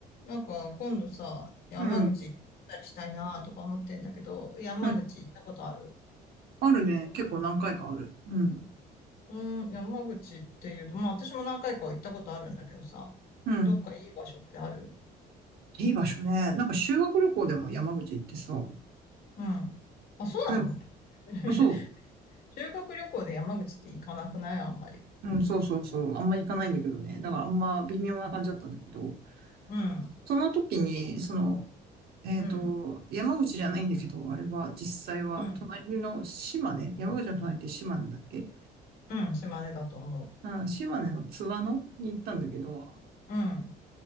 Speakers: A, on the left; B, on the right.
A: なんか、今度さ、山口行ったりしたいなとか思ってんだけど、
B: うん。
A: 山口行ったことある
B: うん。あるね。結構何回かある。うん。
A: うーん、山口っていうと、まあ私も何回かは行ったことあるんだけどさ、
B: うん。
A: どっかいい場所ってある
B: いい場所ね。なんか修学旅行でも山口行ってさ。
A: うん。あ、そうなの
B: でも、
A: <laughs>
B: そう。
A: 修学旅行で山口って行かなくないあんまり。
B: うん、そうそうそう。あんま行かないんだけどね。だからあんま微妙な感じだったんだけど。
A: うん、
B: その時に、その、えっと、
A: うん、
B: 山口じゃないんだけど、あれは実際は隣の島根、
A: うん、
B: 山口の隣って島根だっけ
A: うん、島根だと思う。
B: うん、島根の津和野に行ったんだけど、
A: うん、